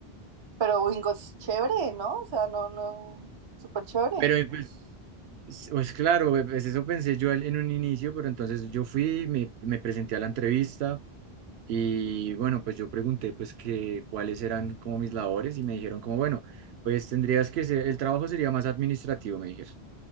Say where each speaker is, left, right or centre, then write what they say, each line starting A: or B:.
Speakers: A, on the right; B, on the right.
A: Pero Wingo es chévere, ¿no? O sea, no, no, súper chévere.
B: Pero eh, pues... Pues claro, eh, pues eso pensé yo al- en un inicio, pero entonces yo fui, me, me presenté a la entrevista, Y bueno, pues yo pregunté pues que cuáles eran como mis labores y me dijeron como, bueno, pues tendrías que ser, el trabajo sería más administrativo, me dijeron.